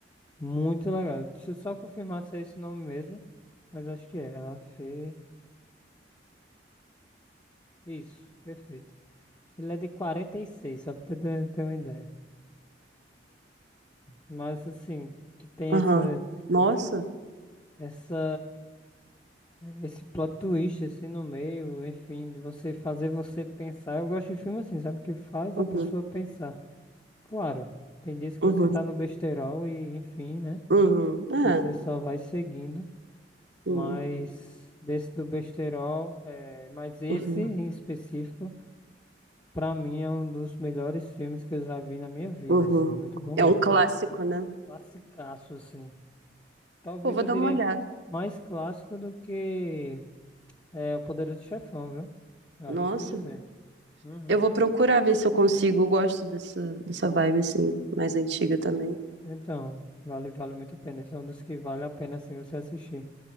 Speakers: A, on the left (about 20°); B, on the right (about 75°).
A: Muito legal. Deixa eu só confirmar se é esse nome mesmo, mas acho que é. A Felicidade. Isso, perfeito. Ele é de 46, só pra ter, ter uma ideia. Mas assim, que tem
B: aham.
A: essa,
B: Nossa,
A: essa, esse plot twist assim no meio, enfim, de você fazer você pensar. Eu gosto de filme assim, sabe? Porque faz
B: uhum,
A: a pessoa pensar. Claro, tem dias que
B: uhum,
A: você tá no besteirol e, enfim, né?
B: uhum. É,
A: Você só vai seguindo,
B: sim,
A: mas desse do besteirol, é, mas esse
B: uhum,
A: em específico, pra mim é um dos melhores filmes que eu já vi na minha vida,
B: uhum.
A: assim, muito bom mesmo.
B: É um clássico, né?
A: Classicaço, assim. Talvez
B: Pô, vou
A: eu
B: dar
A: diria
B: uma olhada.
A: mais clássico do que é, O Poderoso Chefão, viu? Eu
B: Nossa,
A: arrisco dizer. Uhum.
B: eu vou procurar ver se eu consigo, eu gosto dessa, dessa vibe, assim, mais antiga também.
A: Então, vale, vale muito a pena. Esse é um dos que vale a pena, assim, você assistir.